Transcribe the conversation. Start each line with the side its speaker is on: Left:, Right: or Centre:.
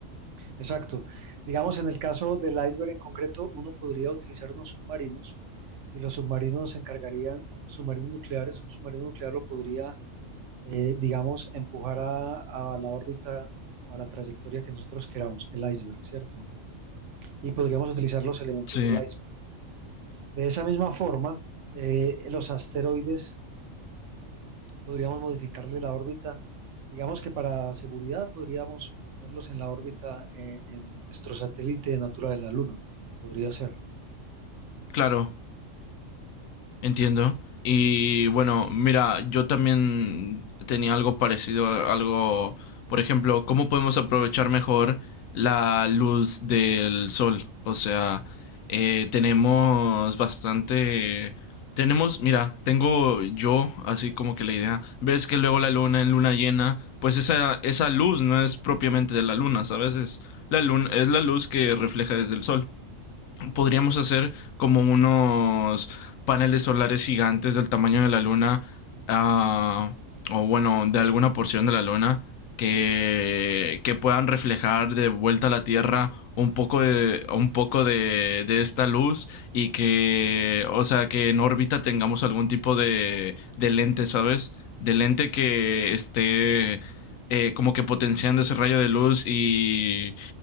Right: exacto. Digamos, en el caso del iceberg en concreto, uno podría utilizar unos submarinos y los submarinos se encargarían, submarinos nucleares, un submarino nuclear lo podría, eh, digamos, empujar a, a la órbita o a la trayectoria que nosotros queramos, el iceberg, ¿cierto? Y podríamos utilizar los elementos
Left: Sí,
Right: del iceberg. De esa misma forma, eh, los asteroides podríamos modificarle la órbita. Digamos que para seguridad podríamos ponerlos en la órbita eh, en nuestro satélite natural, en la Luna. Podría ser.
Left: claro. Entiendo. Y bueno, mira, yo también tenía algo parecido, a- algo, por ejemplo, ¿cómo podemos aprovechar mejor la luz del sol? O sea, eh, tenemos bastante, tenemos, mira, tengo yo así como que la idea, ves que luego la luna en luna llena, pues esa, esa luz no es propiamente de la luna, ¿sabes? Es la luna, es la luz que refleja desde el sol podríamos
Right: Sí,
Left: hacer como unos paneles solares gigantes del tamaño de la luna, ah, o bueno, de alguna porción de la luna, que, que puedan reflejar de vuelta a la Tierra un poco de, un poco de, de esta luz y que, o sea, que en órbita tengamos algún tipo de, de lente, ¿sabes? De lente que esté eh, como que potenciando ese rayo de luz y,